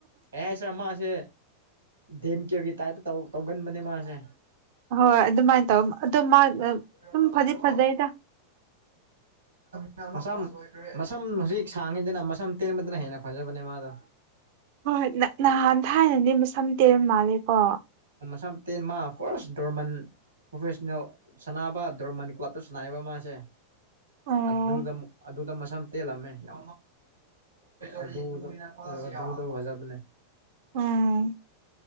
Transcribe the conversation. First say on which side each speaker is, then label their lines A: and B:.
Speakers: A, on the right; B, on the right.
A: ꯑꯦ ꯁꯥꯔ ꯃꯥꯁꯦ ꯗꯦꯝ ꯀꯤꯌꯔꯒꯤ ꯇꯥꯏꯞꯇꯧ ꯇꯧꯒꯟꯕꯅꯦ ꯃꯥꯁꯦ
B: ꯍꯣꯏ ꯑꯗꯨꯃꯥꯏꯅ ꯇꯧ ꯑꯗꯣ ꯑꯗꯨꯝ
A: ꯂꯣꯏꯔꯔꯕꯣ ꯂꯣꯏꯔꯔꯕꯣ
B: ꯐꯗꯤ ꯐꯖꯩꯗ
A: ꯎꯝ ꯃꯝ ꯃꯝ ꯍꯧꯖꯤꯛ ꯁꯥꯡꯉꯤꯗꯅ ꯃꯁꯝ ꯇꯦꯟ ꯃꯅ ꯍꯥꯏꯅ ꯐꯪꯖꯕꯅꯦ ꯃꯥꯗ
B: ꯍꯣꯏ ꯅꯍꯥꯟ ꯊꯥꯏꯅꯅꯦ ꯃꯁꯝ ꯇꯦꯜꯔ ꯃꯥꯜꯂꯦꯀꯣ
A: ꯁꯝ ꯇꯦꯟ ꯃꯥ ꯐꯥꯔꯁ ꯗꯔꯃꯟ ꯄ꯭ꯔꯣꯐꯦꯁꯅꯦꯜ ꯁꯥꯟꯅꯕ ꯗꯣꯔꯃꯟ ꯀ꯭ꯂꯞꯇ ꯁꯥꯟꯅꯥꯕ ꯃꯥꯁꯦ
B: ꯑꯣ
A: ꯑꯗꯨꯗ ꯑꯗꯨꯗ ꯃꯁꯝ ꯇꯦꯜꯂꯝꯃꯦ ꯍ ꯑꯗꯨ ꯗꯧ ꯍꯖꯕꯅꯦ
B: ꯑꯣꯝ